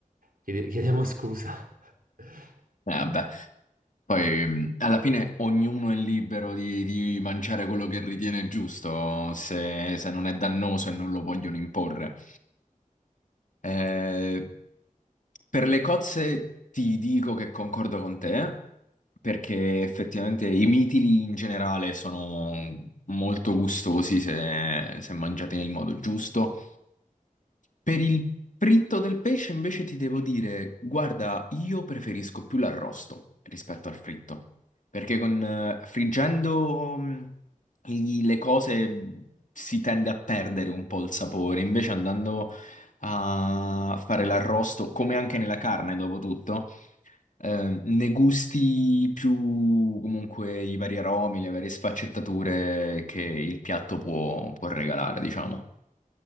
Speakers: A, on the right; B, on the left.
A: Chiede- chiediamo scusa. <laughs>
B: Eh, vabbè. Poi mh, alla fine ognuno è libero di, di mangiare quello che ritiene giusto, se, se non è dannoso e non lo vogliono imporre. Eh, per le cozze ti dico che concordo con te, perché effettivamente i mitili in generale sono molto gustosi se, se mangiati nel modo giusto. Per il fritto del pesce invece ti devo dire, guarda, io preferisco più l'arrosto rispetto al fritto, perché con, eh, friggendo mh, i- le cose si tende a perdere un po' il sapore, invece andando a fare l'arrosto, come anche nella carne dopo tutto, eh, ne gusti più comunque i vari aromi, le varie sfaccettature che il piatto può può regalare, diciamo.